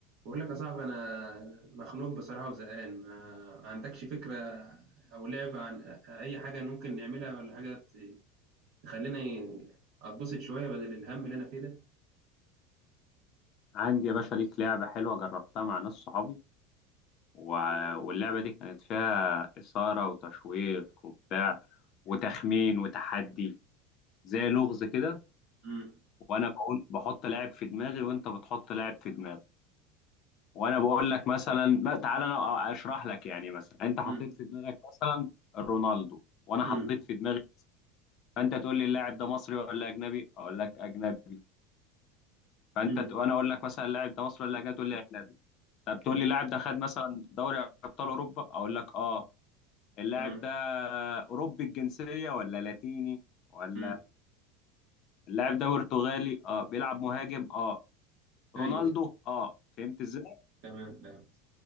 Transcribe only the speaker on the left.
عندي يا باشا ليك لعبة حلوة جربتها مع ناس صحابي و... واللعبة دي كانت فيها إثارة وتشويق وبتاع وتخمين وتحدي زي لغز كده
وأنا بقول بحط لاعب في دماغي وأنت بتحط لاعب في دماغي وأنا بقول لك مثلا ما تعالى أنا أشرح لك يعني مثلا أنت حطيت
في دماغك مثلا رونالدو وأنا حطيت
في دماغي فأنت تقول لي اللاعب ده مصري ولا أجنبي؟ أقول لك أجنبي فأنت
ت- وأنا أقول لك مثلا اللاعب ده مصري ولا أجنبي؟ تقول لي أجنبي طب تقول
لي اللاعب ده خد مثلا دوري ابطال اوروبا اقول لك اه اللاعب
ده اوروبي الجنسيه ولا لاتيني ولا
اللاعب ده برتغالي اه بيلعب مهاجم اه
رونالدو
اه فهمت ازاي